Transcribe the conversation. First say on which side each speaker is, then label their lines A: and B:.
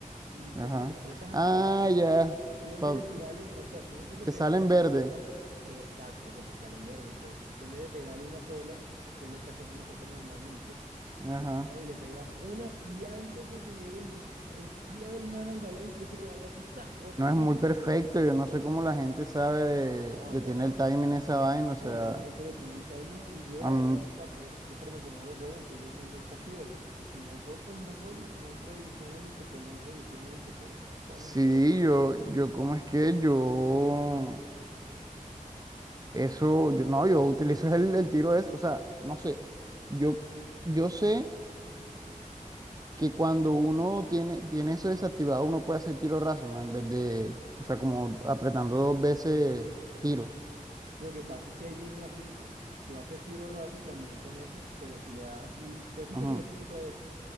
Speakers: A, on the right (about 75°); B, on the right (about 25°).
A: y
B: Ajá.
A: cuando le apretas a
B: Ah,
A: tirar,
B: ya,
A: Tú en
B: pa-
A: vez de tirarle, o sea, tú en vez de
B: que
A: pegarle
B: sale en verde.
A: una sola, exacto, que te sale en verde. Entonces, tú en vez de pegarle una sola, que es lo que hacemos nosotros normalmente,
B: Ajá.
A: tú llegas y le pegas una y antes de que llegue el, el pie del man al balón, tienes que pegarle así, tan, otra,
B: No
A: justo
B: es muy
A: cuando
B: perfecto,
A: le pegue.
B: yo no sé cómo la gente sabe,
A: No,
B: de- le
A: ya
B: tiene
A: la
B: el
A: gente,
B: timing a esa vaina, o sea...
A: no, ya la gente le tiene el timing y yo
B: a
A: la
B: mí-
A: verdad nunca pude, siempre me comía los goles, entonces yo dije, yo desactivé eso. Y si no hay gol, pues no es gol, y si no entro a división élite, pues no entro a división élite, por eso. ¿Cuál
B: sí,
A: es el problema?
B: yo, yo, ¿cómo es que yo... Eso, yo, no, yo utilizo el, el tiro es, o sea, no sé, yo, yo sé que cuando uno tiene, tiene eso desactivado, uno puede hacer tiro raso, ¿no? En vez de, o sea, como apretando dos veces tiro.
A: Lo que pasa es que ahí viene el asunto. Tú haces tiro raso también con eso, pero si le das así, suavecito,
B: Ajá.
A: suavecito otra vez,